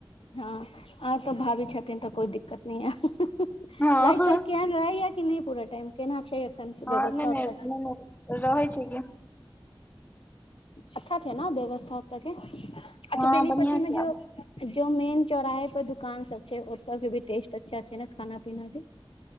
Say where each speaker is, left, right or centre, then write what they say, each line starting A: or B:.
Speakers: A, on the left (about 75°); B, on the left (about 20°).
A: हँ आ तऽ भाभी छथिन तऽ कोइ दिक्कत नहि यऽ
B: हँ
A: लाइटइट कहन रहै या कि नहि पूरा टाइम केना छै एखन
B: हँ
A: व्यवस्था
B: नहि
A: ओतय
B: नहि नहि नहि रहै छै कि
A: अच्छा छै ने व्यवस्था ओतऽ के अच्छा
B: हँ
A: बेनीपट्टी
B: बढ़िआँ छै
A: मे जो
B: आब
A: जो मेन चौराहे पर दुकान सब छै ओतऽ के भी ेस्ट अच्छा छै नऽ खाना पीना के